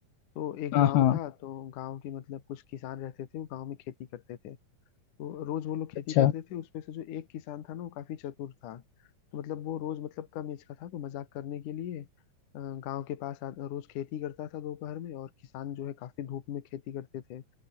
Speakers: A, on the left (about 55°); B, on the left (about 75°).
A: तो एक
B: हाँ
A: गांव
B: हाँ
A: था तो गांव के मतलब कुछ किसान रहते थे वो गांव में खेती करते थे तो रोज वो लोग खेती
B: अच्छा
A: करते थे उसमें से जो एक किसान था ना वो काफी चतुर था तो मतलब वो रोज मतलब कम एज का था तो मजाक करने के लिए अ, गांव के पास आ, रोज खेती करता था दोपहर में और किसान जो है काफी धूप में खेती करते थे